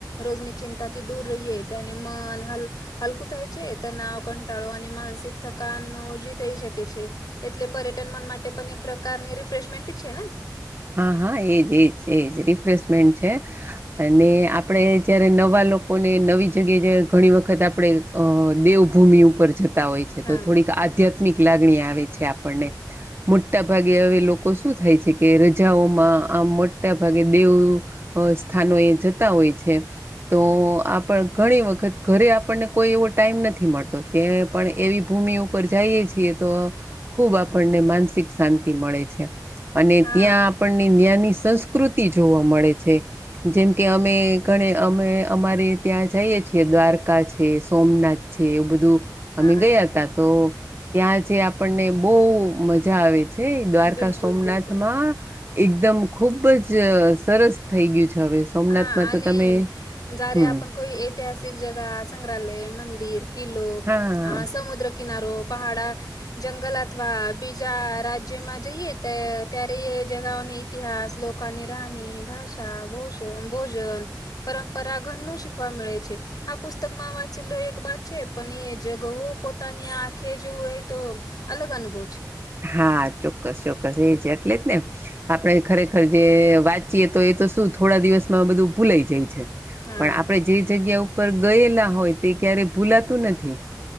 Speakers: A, on the left (about 60°); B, on the right (about 35°).
A: રોજની ચિંતાથી દૂર રહીે અનેને મન હલ હલકું થાય છે તનાવ કંટાળો અને માનસિક થકનો જે થઈ શકે છે એટલે પર્યટન મન માટે પણ એક પ્રકારની રિફ્રેશમેન્ટ છે ને
B: હા હા એજ એજ એજ રિફ છે અને આપણે જયારે નવા લોકોને નવી જગ્યા જ ઘણી વખત આપણે દેવભૂમિ ઉપર જતા હોય છે
A: હા
B: તો થોડીક આધ્યાત્મિક લાગણી આવે છે આપણને મોટા ભાગે હવે શું થાય છે કે પજાઓમાં આમ મોટા ભાગે દેવ સ્થાનો એ જતા હોય છે તો આપણ ઘણી વખત ઘરે આપણને કોઈ એવો ટાઈમ નથી મળતો ત પણ એવી ભૂમિ ઉપર જઈએ છીએ તો ખૂબ આપણને માનસિક શાંતિ મળે છે
A: હા
B: અને ત્યાં આપણને ના્યાની સંસ્કૃતિ જોવા મળે છે જેમ કે અમે ઘણે અમે અમારે ત્યાં જઈએ છીએ દ્વારકા છે સોમનાથ છે એવું બધું.
A: હા
B: અમે
A: હા
B: ગયા ત તો ત્યાં જે આપણને બહુ મજા આવે છે હ દ્વારકા
A: બિલકુલ
B: સોમનાથ
A: બિલકુલ
B: એકદમ ખુબ જ સરસ થઈ ગયું છે હવે સોમનાથમાં
A: હા અને
B: તો તમે
A: જ્યારે
B: હમ
A: આપ કોઈ ઐતિહાસિક જગા સંગ્રહાલય મંદિર કિલ્લો
B: હા
A: સમુદ્ર કિનારો પહાડા જંગલ અથવા બીજા રાજ્યમાં જઈએ તો ત્યારે એ જગઓની ઇતિહાસ લોકની રાણી ભાષા ભોષ ભોજન પરંપરાઘનનું શીખવા મળે છે. આ પુસ્તકમાં વાંચેલો એક વાત છે પણ એ જગો પોતાની આંખે જોવું હોય તો અલગ અનુભવ છે.
B: હા ચોક્કસ ચોક્કસ એ છે એટલે જ ને આપણે ખરેખર જે વાત ચીએ તો એ તો શું થોડા દિવસમાં બધું ભૂલાઈ જાય છે.
A: હા
B: પણ આપણે જે જગ્યા ઉપર ગયેલા હોય તે ક્યારે ભૂલાતું નથી.